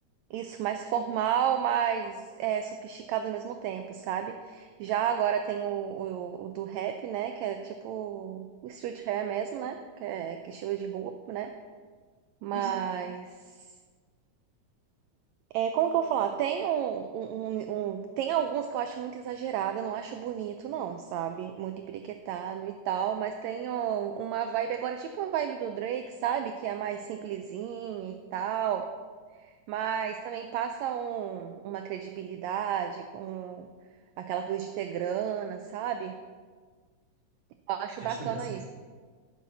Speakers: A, on the right; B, on the left.
A: Isso, mais formal, mais é, sofisticado ao mesmo tempo, sabe? Já agora tem o, o, o do rap, né? Que é tipo o street hair mesmo, né? Que é, que é estilo de roupa, né? Mas...
B: Isso.
A: É, como que eu vou falar? Tem um, um- um- um- tem alguns que eu acho muito exagerado, eu não acho bonito, não, sabe? Muito empiriquetado e tal, mas tem ó, uma vibe agora, tipo a vibe do Drake, sabe? Que é mais simplesinha e tal, mas também passa um- uma credibilidade com aquela coisa de ter grana, sabe? Eu acho
B: Já
A: bacana
B: chegasse,
A: isso.